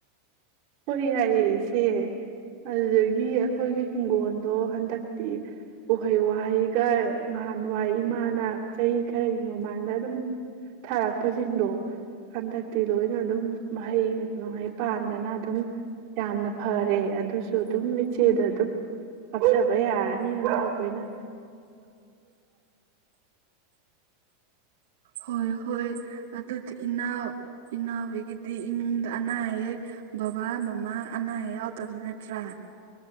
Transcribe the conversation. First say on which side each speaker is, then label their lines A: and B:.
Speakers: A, on the right; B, on the right.
A: ꯍꯣꯏ ꯌꯥꯏꯌꯦ ꯏꯆꯦ ꯑꯗꯨꯗꯒꯤ ꯑꯩꯈꯣꯏꯒꯤ ꯍꯤꯡꯒꯣꯜꯗꯣ ꯍꯟꯗꯛꯇꯤ ꯎꯍꯩ ꯋꯥꯍꯩꯒ ꯅꯍꯥꯟꯋꯥꯏ ꯏꯃꯥꯅ ꯆꯍꯤ ꯈꯔꯒꯤ ꯃꯃꯥꯡꯗ ꯑꯗꯨꯝ ꯊꯥꯔꯛꯄꯁꯤꯡꯗꯣ ꯍꯟꯗꯛꯇꯤ ꯂꯣꯏꯅ ꯑꯗꯨꯝ ꯃꯍꯩꯅꯨꯡꯍꯩ ꯄꯥꯟꯗꯅ ꯑꯗꯨꯝ ꯌꯥꯝꯅ ꯐꯔꯦ ꯑꯗꯨꯁꯨ ꯑꯗꯨꯝ ꯏꯆꯦꯗ ꯑꯗꯨꯝ ꯍꯥꯞꯆꯕ ꯌꯥꯔꯅꯤꯅꯅ ꯑꯩꯈꯣꯏꯅ
B: ꯍꯣꯏ ꯍꯣꯏ ꯑꯗꯨꯗꯤꯅꯥ ꯏꯟꯅ ꯍꯦꯒ ꯗꯤ ꯏꯃꯨꯡꯗ ꯑꯅꯥ ꯑꯌꯦꯛ ꯕꯕꯥ ꯃꯃꯥ ꯑꯅꯥ ꯑꯌꯦꯛ ꯌꯥꯎꯗꯕ ꯅꯠꯇ꯭ꯔꯥ